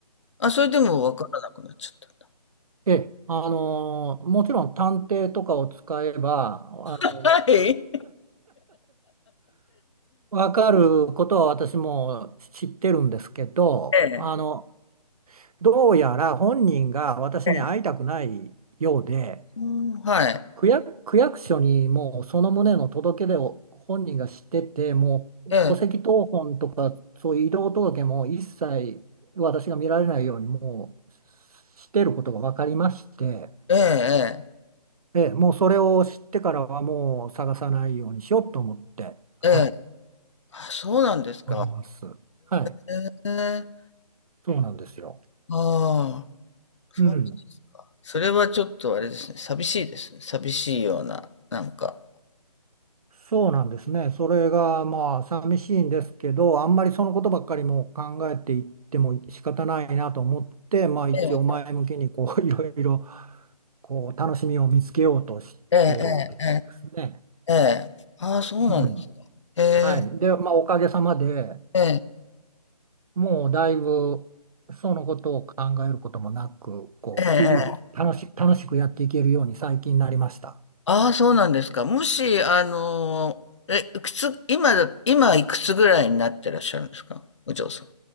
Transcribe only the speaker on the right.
ええ、あのもちろん探偵とかを使えば、あの、
わかることは私も知ってるんですけど、
あの、どうやら本人が私に会いたくないようで、
区役、区役所にもうその旨の届け出を本人が知ってて、もう戸籍謄本とか、
そういう移動届も一切私が見られないように、もうしてることが分かりまして、
ええ、もうそれを知ってからはもう探さないようにしようと思って、はい、
おります。はい、
そうなんですよ。
うん。
そうなんですね。それがまあ寂しいんですけど、あんまりそのことばっかりもう考えていっても仕方ないなと思って、まあ一応前向きにこう
<laughs> いろいろこう楽しみを見つけようとしてるところですね。
うん。
はい。で、まあおかげさまで
もうだいぶそのことを考えることもなく、こう日々楽し、
楽しくやっていけるように最近になりました。